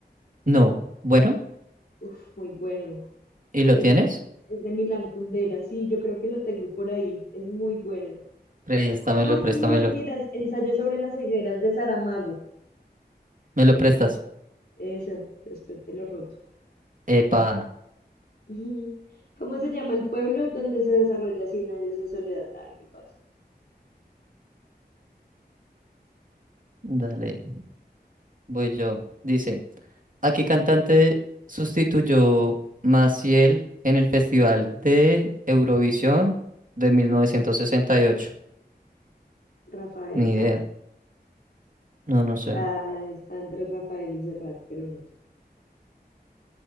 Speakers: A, on the right; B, on the left.
A: No. Bueno,
B: Uf, muy bueno.
A: ¿y lo
B: Es
A: tienes?
B: de, es de Milan Kundera. Sí, yo creo que lo tengo por ahí. Es muy bueno.
A: Préstamelo,
B: Ah,
A: préstamelo.
B: no mentiras, ensayo sobre las cegueras de Saramago.
A: ¿Me lo prestas?
B: Eso, después te lo roto.
A: Epa.
B: <laughs> ¿Cómo se llama el pueblo donde se desarrolla Cien años de soledad? Ah, muy fácil.
A: Dale. Voy yo. Dice, ¿a qué cantante sustituyó Maciel en el Festival de Eurovisión de 1968?
B: Rafael.
A: Ni idea.
B: Ah,
A: No, no sé.
B: ah, está entre Rafael y Serrat, pero no.